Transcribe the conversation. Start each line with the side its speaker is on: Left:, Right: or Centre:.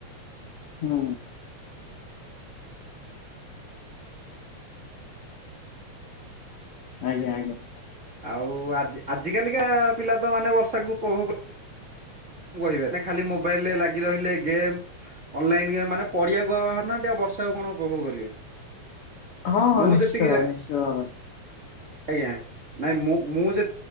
Left: ହୁଁ। ଆଜ୍ଞା ଆଜ୍ଞା।
Right: ଆଉ ଆଜି ଆଜି କାଲିକା ପିଲା ତ ମାନେ ବର୍ଷାକୁ ଉପଭୋଗ <unintelligible> ନାଇ ଖାଲି ମୋବାଇଲରେ ଲାଗି ରହିଲେ ଗେମ୍ ଅନଲାଇନ୍ ଗେମ୍ ମାନେ ପଡିଆକୁ ଆଉ ବାହାରୁ ନାହାନ୍ତି ଆଉ ବର୍ଷାକୁ କଣ ଉପଭୋଗ କରିବେ।
Left: ହଁ ହଁ
Right: ମୁଁ
Left: ନିଶ୍ଚିତ
Right: ଯେତିକି
Left: ଭାବେ
Right: ଜା
Left: ନିଶ୍ଚିତ ଭାବରେ।
Right: ଆଜ୍ଞା ନାଇଁ ମୁଁ ମୁଁ ଯେ